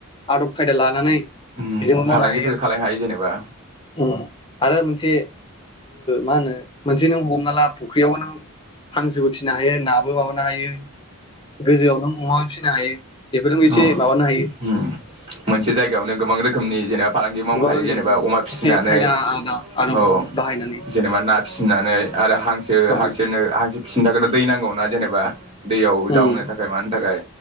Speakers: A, on the left (about 20°); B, on the right (about 25°).
A: आदब खायदा लानानै
B: उम
A: बेजोंबो
B: फालांगिफोर
A: मावनो हायो
B: खालायनो जेनेबा
A: उम आरो मोनसे मा होनो मोनसे नों हमना ला फुख्रियावबो नों हांसोबो फिसिनो हायो नाबो माबानो हायो। गोजौआव नों अमा फि हायो। बेफोरजोंबो एसे
B: हो
A: माबानो हायो
B: उम मोनसे जायगायावनो गोबां रोखोम रोखोमनि जेराब फालांगि मावनो
A: गोबां
B: हायो जेनेबा अमा फिसिनानै
A: एसे खायदा आदा आदब
B: औ
A: बाहायनानै
B: जेनेबा ना फिसिनानै आरो हांसो
A: औ
B: हांसोनो हांसो दै नांगौना जेनेबा। दैयाव
A: उम
B: दावनो थाखाय मानो थाखाय।